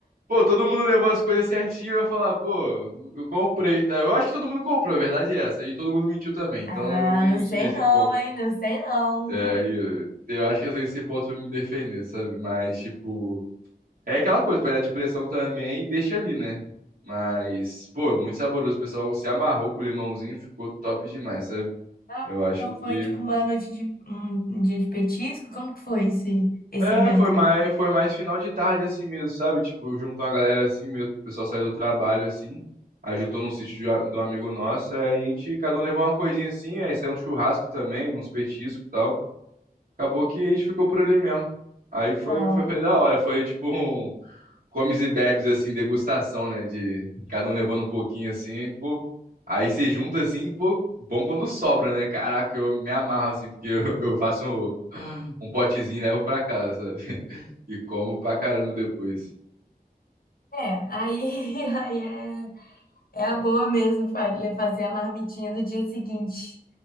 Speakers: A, on the right (about 60°); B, on the left (about 65°).
A: Pô, todo mundo levou as coisas certinho, eu ia falar, pô, eu comprei, tá? Eu acho que todo mundo comprou, a verdade é essa. E todo mundo mentiu também, então
B: Ah,
A: eu tenho
B: não sei
A: isso, esse
B: não,
A: ponto.
B: hein? Não sei não.
A: É, eu, eu acho que eu tenho esse ponto pra me defender, sabe? Mas, tipo, é aquela coisa, panela de pressão também, deixa ali, né? Mas, pô, muito saboroso. O pessoal se amarrou com o limãozinho, ficou top demais, sabe?
B: Ah,
A: Eu acho
B: Então foi
A: que
B: tipo uma noite de um, um dia de petisco? Como que foi esse, esse
A: É,
B: evento
A: foi
B: aí?
A: mais, foi mais final de tarde assim mesmo, sabe? Tipo, juntou uma galera assim mesmo, o pessoal saiu do trabalho assim. Aí juntou num sítio de, um- de um amigo nosso, aí a gente, cada um levou uma coisinha assim, aí saiu um churrasco também, uns petiscos e tal. Acabou que a gente ficou por ali mesmo. Aí foi,
B: Tal.
A: foi, foi da hora, foi tipo um comes e bebes assim, degustação, né? De cada um levando um pouquinho assim, pô. Aí você junta assim, pô, bom quando sobra, né? Caraca, eu me amarro assim, porque <laughs> eu, eu faço um um potezinho e levo pra casa, sabe? E como pra caramba depois.
B: É, aí, <laughs> aí é. É a boa mesmo fa- fazer a marmitinha do dia seguinte.